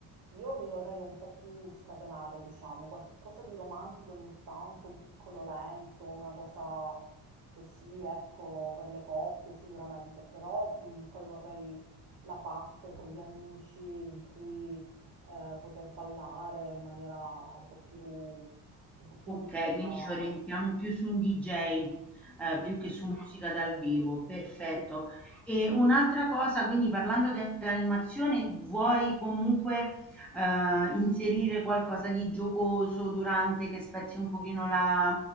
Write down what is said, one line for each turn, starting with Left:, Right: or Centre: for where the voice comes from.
Right: Io mi vorrei un po' più scatenare, diciamo, qualche cosa di romantico ogni tanto, un piccolo lento, una cosa così, ecco, per le coppie sicuramente, però mh, poi vorrei la parte con gli amici in cui eh, poter ballare in maniera un po' più, un po' più
Centre: Okay,
Right: libera.
Centre: quindi ci orientiamo più su un DJ, ehm,
Right: Sì,
Centre: più che su musica dal vivo, perfetto.
Right: sì.
Centre: E un'altra cosa, quindi parlando dell'animazione, vuoi comunque, ehm, inserire qualcosa di giocoso durante, che spezzi un pochino la